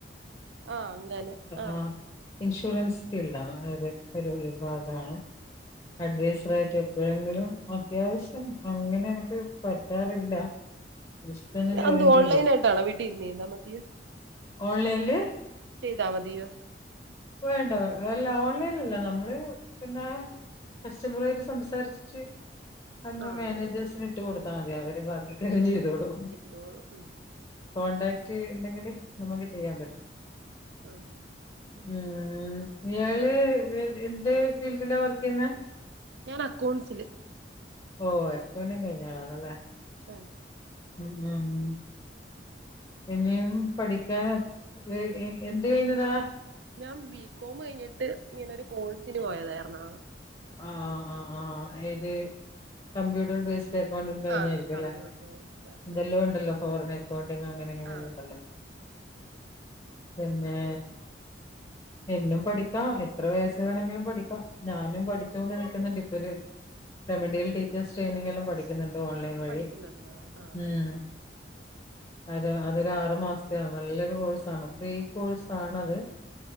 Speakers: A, on the right; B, on the left.
A: ആഹ് അങ്ങനെ ആഹ്
B: ആ ഇൻഷുറൻസ് ഫീൽഡ് ആണ് അതായത് ഒരു വിഭാഗമാണ് അഡ്വൈസർ ആയിട്ട്, എപ്പോഴെങ്കിലും അത്യാവശ്യം അങ്ങനെ എനിക്ക് പറ്റാറില്ല ജസ്റ്റ് ഒന്ന് ജോയിൻ
A: അതെന്തോ
B: ചെയ്തേ
A: ഓണലൈനായിട്ട് ആണോ വീട്ടിലിരുന്ന ചെയ്താ മതിയോ
B: ഓൺലൈനിൽ
A: ചെയ്താൽ മതിയോ
B: വേണ്ട, അല്ല ഓൺലൈനല്ല നമ്മള് പിന്നെ കസ്റ്റമറുആയിട്ട് സംസാരിച്ചി അങ്ങ്
A: ആഹ്
B: മാനേജേഴ്സിന് ഇട്ട് കൊടുത്താ മതി അവര് ബാക്കി കാര്യം ചെയ്തോളും
A: എന്തോ ഉം
B: കോൺടാക്ട് ഉണ്ടെങ്കിൽ നമുക്ക് ചെയ്യാൻ പറ്റും
A: ആഹ്
B: ഏഹ് ഇയാള് എ എന്ത് ഫീൽഡിലാ വർക്കെയ്യുന്നെ
A: ഞാൻ അക്കൗണ്ട്സില്
B: ഓഹ് അക്കൗണ്ടിങ് കഴിഞ്ഞാളാണല്ലെ
A: <unintelligible>
B: എന്താണ് ഇനിയും പഠിക്കാൻ എ എ എന്ത് കഴിഞ്ഞതാ
A: ഞാൻ ബി കോം കഴിഞ്ഞിട്ട് ഇങ്ങനെ ഒരു കോഴ്സിന് പോയതാർന്നു.
B: ആഹ് ആഹ് ആഹ് ആഹ് ഏത് കമ്പ്യൂട്ടർ ബേസ്ഡ് അക്കൗണ്ടിങ്ങ് കഴിഞ്ഞായിരിക്കുംലെ
A: ആഹ് കമ്പ്യൂട്ടർ സയൻസ് അക്കൗണ്ടിങ്
B: എന്തെല്ലാം ഉണ്ടല്ലോ ഫോറിൻ അക്കൗണ്ടിങ്ങ് അങ്ങനെ ഇങ്ങനെയെല്ലാം
A: ആഹ്
B: ഉണ്ടല്ലോ പിന്നെ എന്നും പഠിക്കാം എത്ര വയസ്സ് വേണമെങ്കിലും പഠിക്കാം ഞാൻ പഠിച്ചോണ്ട്
A: ഉം ഉം
B: ഇരിക്ക്ന്ണ്ട് ഇപ്പൊരു റമഡിയൽ ടീച്ചേഴ്സ് ട്രെയിനിങ്ങ് എല്ലാം പഠി പഠിക്കുന്നുണ്ട് ഓൺലൈൻ വഴി
A: പഠിക്കുന്നുണ്ടോ ആഹ്
B: ഉം അത് അതൊരു ആറു മാസത്ത ആണ്. നല്ലൊരു കോഴ്സാണ് ഫ്രീ കോഴ്സ് ആണത്